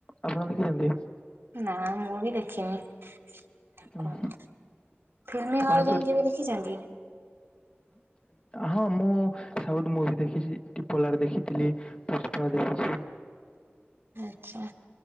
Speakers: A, on the left; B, on the right.
A: ଆପଣ ଦେଖିଛନ୍ତି?
B: ନା ମୁଁ ବି ଦେଖିନି। କଣ
A: ହୁଁ
B: ଫିଲ୍ମ
A: ଆପଣ
B: ହଲ୍
A: ତ
B: ଯାଇ କେବେ ଦେଖିଛନ୍ତି?
A: ହଁ ମୁଁ ସାଉଥ ମୁଭି ଦେଖିଛି ଟିପୋଲାରେ ଦେଖିଥିଲି। ପୁଷ୍ପା ଦେଖଛି।
B: ଆଛା।